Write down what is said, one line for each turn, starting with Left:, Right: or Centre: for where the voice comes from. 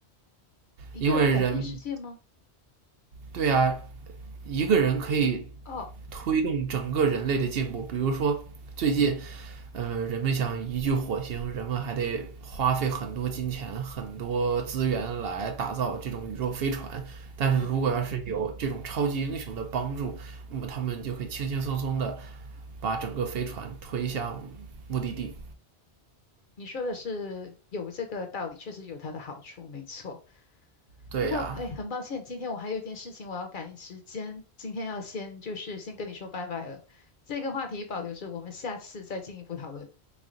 Left: 一个人改变世界吗？
Right: 因为人，对呀，一个人可以
Left: 哦，
Right: 推动整个人类的进步。比如说，最近，呃，人们想移居火星，人们还得花费很多金钱、很多资源来打造这种宇宙飞船。但是如果要是有这种超级英雄的帮助，
Left: 嗯，
Right: 那么他们就会轻轻松松的把整个飞船推向目的地。
Left: 你说的是有这个道理，确实有它的好处，没错。
Right: 对呀、
Left: 不过，哎，很抱歉，今天我还有一件事情我要赶时间，今天要先就是先跟你说拜拜了。这个话题保留着，我们下次再进一步讨论。